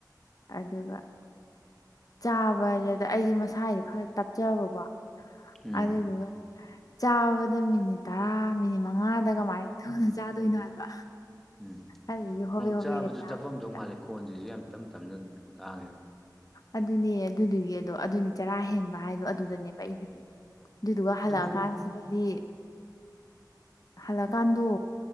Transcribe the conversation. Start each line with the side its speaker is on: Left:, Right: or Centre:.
Left: ꯑꯗꯨꯒ ꯆꯥꯕꯖꯦ ꯑꯩꯖꯦ ꯃꯁꯥꯏꯖꯨ ꯈꯔ ꯇꯞꯆꯕꯀꯣ
Centre: ꯎꯝ
Left: ꯑꯗꯨꯗꯨꯒ ꯆꯥꯕꯗ ꯃꯤꯅꯤꯠ ꯇꯔꯥ ꯃꯤꯅꯤꯠ ꯃꯉꯥꯗ ꯀꯃꯥꯏꯅ ꯊꯨꯅ ꯆꯥꯗꯣꯏꯅꯣ ꯍꯥꯏꯕ
Centre: ꯎꯝ
Left: ꯑꯗꯨꯗꯨꯒꯤ ꯍꯣꯕꯦ
Centre: ꯎꯝ
Left: ꯍꯣꯕꯦꯒ
Centre: ꯆꯥꯕꯖꯨ
Left: ꯆꯥꯕꯗ
Centre: ꯇꯞꯄꯝꯗꯧ ꯃꯥꯜꯂꯦ ꯈꯣꯟꯖꯤꯁꯨ ꯌꯥꯝ ꯇꯝ ꯇꯝꯅ ꯇꯥꯔꯦꯕ
Left: ꯑꯗꯨꯅꯦ ꯑꯗꯨꯗꯨꯒꯤ ꯑꯗꯣ ꯑꯗꯨꯅꯦ ꯆꯔꯥ ꯍꯦꯟꯕ ꯍꯥꯏꯗꯣ ꯑꯗꯨꯗꯅꯦꯕ ꯑꯩꯒꯤ ꯑꯗꯨꯗꯨꯒ ꯍꯜꯂꯛꯑꯀꯥꯟꯁꯤꯗꯗꯤ
Centre: ꯑꯗꯨ ꯄꯨꯡ
Left: ꯍꯜꯂ ꯀꯥꯟꯗꯣ